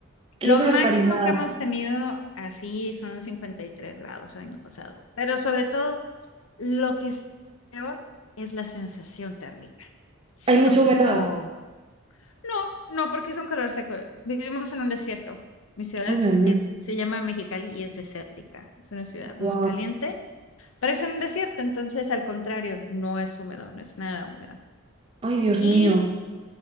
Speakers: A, on the right; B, on the left.
A: qué
B: Lo
A: barbaridad.
B: máximo que hemos tenido así son 53 grados el año pasado, pero sobre todo lo que es peor es la sensación térmica. Sí
A: Hay mucha
B: son como,
A: humedad.
B: no, no, porque es un calor seco. Vivimos en un desierto. Mi ciudad
A: Ay, madre mía.
B: es, se llama Mexicali y es desértica. Es una ciudad muy
A: Guau.
B: caliente Parece un desierto, entonces al contrario, no es húmedo, no es nada húmedo.
A: Ay, Dios
B: Y
A: mío.